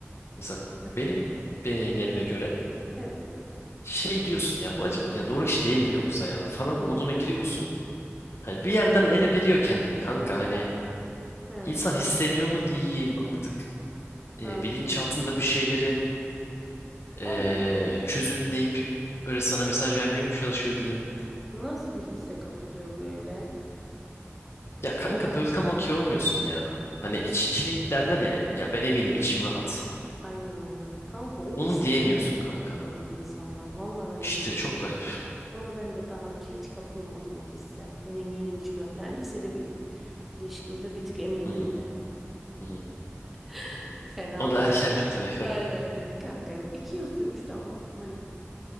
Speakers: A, on the left; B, in the centre.
A: Mesela
B: Heh,
A: benim deneyimlerime göre
B: evet.
A: şey diyorsun ya bu acaba ya doğru kişi değil mi yoksa ya falan
B: Hmm.
A: moduna giriyorsun. Hani bir yerden ele veriyor kendini kanka hani
B: He,
A: İnsan hissediyor mu diyeyim artık e,
B: anladım.
A: bilinçaltında bir şeyleri
B: Allah
A: e, çözümleyip böyle sana mesaj vermeye mi çalışıyor diyeyim.
B: nasıl bir hisse kapılıyor böyle?
A: Ya kanka böyle tam okey olmuyorsun ya. Hani iç, şey derler ya
B: He.
A: ya ben eminim içim rahat.
B: Aynen aynen. Kanka o
A: Onu
B: hisse
A: diyemiyorsun
B: nasıl
A: kanka.
B: kapılıyor lan insanlar? Vallahi ben
A: İşte
B: de bilmiyorum.
A: çok garip.
B: Ona ben de daha önce hiç kapılmadım o hisse. Ben eminim hiç biraz. Yani lisede bir ilişkimde bir tık emindim
A: Hı hı,
B: de.
A: hı hı.
B: <laughs> Fena
A: O
B: patladı.
A: da erken bitti be. <laughs>
B: Aynen. Kanka yok. İki yıl sürmüştü ama hani